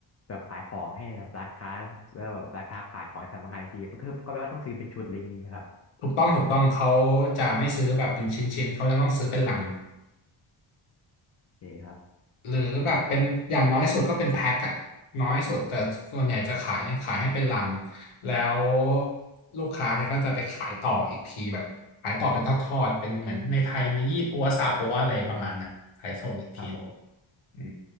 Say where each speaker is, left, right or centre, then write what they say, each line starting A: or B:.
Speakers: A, on the left; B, on the left.
A: แบบขายของให้แบบร้านค้าแล้วแบบร้านค้าขายของในสำนักงานอีกทีมันคือก็แปลว่าต้องซื้อเป็นชุดอะไรอย่างงี้ไหมครับ
B: ถูกต้องถูกต้องเขาจะไม่ซื้อแบบเป็นชิ้นๆเขาจะต้องซื้อเป็นลัง
A: โอเคครับ
B: หรือแบบเป็นอย่างน้อยสุดก็เป็นแพ็คอะน้อยสุดแต่ส่วนใหญ่จะขายขายให้เป็นลังแล้วลูกค้าเนี่ยก็จะไปขายต่ออีกทีแบบขายต่อเป็นทอดๆเป็นเหมือนในไทยมียี่ปัวซาปัวอะไรประมาณน่ะขายส่งอีกที
A: ครับผม
B: อืม